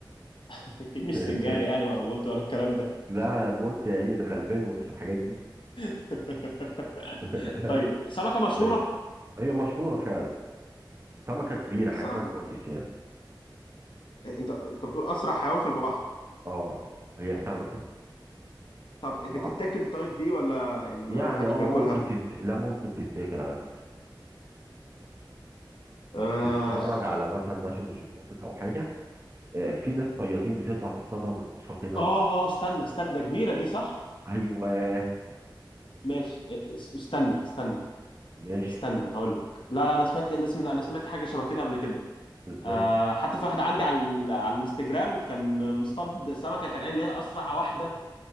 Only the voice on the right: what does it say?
<laughs>
لا بولت يا عيني ده غلبان وسط الحاجات دي
<laughs>
ماشي هي مشهوره فعلا سمكه كبيره
حجمها
كويس
يعني
اه هي سمكه
مع
يعني
اه
ممكن تت... لا ممكن تتاكل على فكره لو
بتتفرج على مثلا ناشونال جيوغرافيك او حاجه آه، في ناس صيادين بتطلع تصطادها بالبوصه كده
و...
ايوه
ماشي
بالظبط